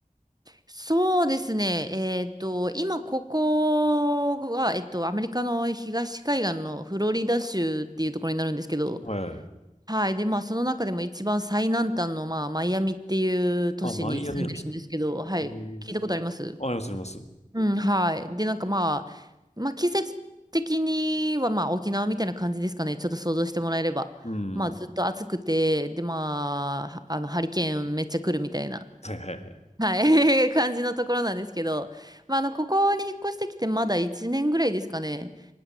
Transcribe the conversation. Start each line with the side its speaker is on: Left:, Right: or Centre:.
Right: そうですね、えっと、今、ここは、えっと、アメリカの東海岸のフロリダ州っていうところになるんですけど、
Left: はい。
Right: はい、で、まあ、その中でも一番最南端の、まあ、マイアミっていう都市に住んでるんですけど、
Left: あ、マイアミなんですね。
Right: はい、
Left: へえ
Right: 聞いたことあります
Left: あ、あります、あります。
Right: うん、はい。で、なんかまあ、まあ季節的にはまあ沖縄みたいな感じですかね。ちょっと想像してもらえれば。
Left: うん。
Right: まあずっと暑くて、でまあ、あのハリケーンめっちゃ来るみたいな、
Left: はいはいはい。
Right: はい、<laughs> 感じのところなんですけど、まああの、ここに引っ越してきてまだ1年ぐらいですかね。